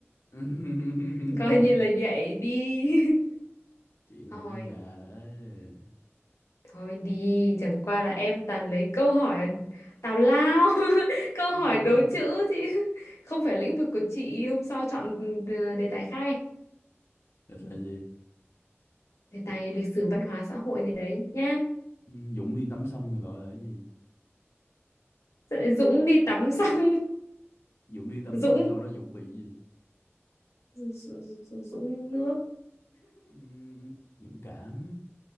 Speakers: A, on the left; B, on the left.
A: <laughs>
B: <laughs> coi như là vậy đi
A: Chị này
B: <laughs> thôi
A: hơi gà đấy.
B: thôi đi chẳng qua là em toàn lấy câu hỏi tào lao <laughs> câu
A: <laughs>
B: hỏi đố chữ chứ <laughs> không phải lĩnh vực của chị hôm sau chọn ừ, đề tài khai
A: Thật là gì?
B: đề tài lịch sử văn hóa xã hội gì đấy nhá
A: Ừ, Dũng đi tắm xong rồi gọi là cái gì?
B: dẫn lại Dũng đi tắm xong
A: Dũng đi tắm
B: <laughs>
A: xong
B: Dũng
A: sau đó Dũng bị gì?
B: Dũng Dũng nước
A: Ừm, dũng cảm